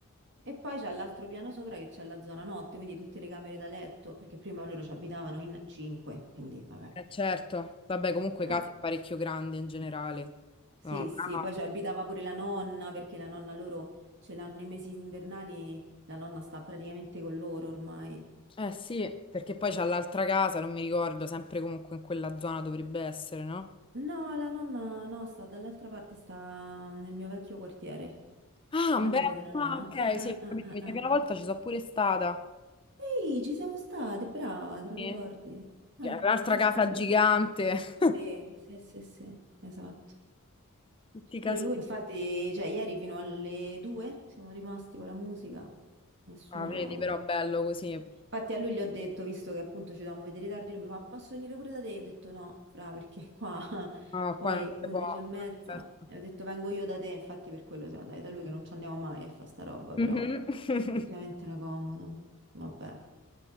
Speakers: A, on the right (about 55°); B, on the left (about 25°).
A: E poi c'è l'altro piano sopra che c'è la zona notte, quindi tutte le camere da letto, perché prima loro ci abitavano in cinque, quindi vabbè.
B: Eh, certo, vabbè, comunque
A: Eh.
B: casa è parecchio grande in generale.
A: Sì,
B: No,
A: sì,
B: ah,
A: poi ci abitava pure la nonna, perché la nonna loro ce l'hanno i mesi invernali, la nonna sta praticamente con loro ormai.
B: eh sì, perché poi c'è l'altra casa, non mi ricordo, sempre comunque in quella zona dovrebbe essere, no?
A: No, la nonna no, sta dall'altra parte, sta nel mio vecchio quartiere,
B: Ah,
A: la
B: beh,
A: casa della nonna.
B: ah, ok,
A: Ah,
B: sì, ho
A: ah,
B: capito,
A: ah,
B: mi
A: ah.
B: sa che una volta ci sono pure stata.
A: Ehi, ci siamo state, brava, te lo
B: Sì.
A: ricordi? Ah,
B: Che è L'altra
A: sì,
B: casa
A: sì, è vero.
B: gigante, <laughs>
A: Sì, sì, sì, sì, esatto.
B: tutti i casi.
A: Pure lui, infatti, cioè, ieri fino alle due siamo rimasti con la musica, nessuno...
B: Ah, vedi, però bello così.
A: Infatti a lui gli ho detto, visto che appunto ci dovevamo vedere tardi, lui mi fa, posso venire pure da te? Io ho detto no, fra, perché qua <laughs>
B: No,
A: poi
B: qua non
A: 11
B: si può.
A: e mezza,
B: Certo.
A: e ho detto vengo io da te, infatti per quello siamo andati da lui, che non ci andiamo mai a fa sta roba,
B: Mhm.
A: però effettivamente
B: <laughs>
A: era comodo, vabbè.